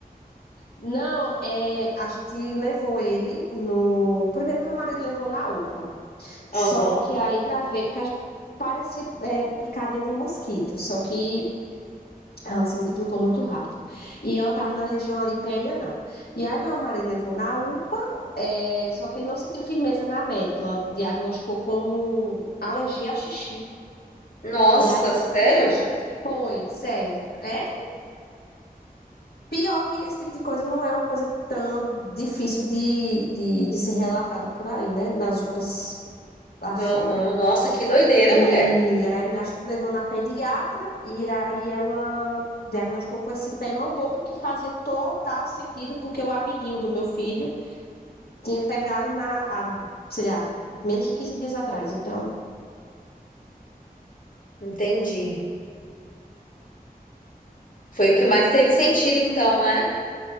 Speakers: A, on the left; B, on the left.
A: Não, é, a gente levou ele no. Primeiro, meu marido levou na UPA.
B: Aham.
A: Só que aí, pra ver, porque a gente parecia é, picadinha de mosquito. Só que Ela se multiplicou muito rápido. E ela estava na região ali perianal. E aí meu marido levou na UPA, é, só que ele não sentiu firmeza na médica. Ela diagnosticou como alergia a xixi.
B: Nossa,
A: E aí no
B: sério?
A: outro dia a foi, sério. É pior que esse tipo de coisa não é uma coisa tão difícil de, de, de ser relatada por aí, né? Nas UPAs lá fora.
B: Aham, Nossa, que doideira,
A: E
B: mulher.
A: aí me aj- levou na pediatra e aí ela diagnosticou com esse pé mão boca que fazia total sentido porque o amiguinho do meu filho tinha pegado na, há, sei lá, menos de 15 dias atrás. Então,
B: Entendi. Foi o que mais teve sentido, então, né?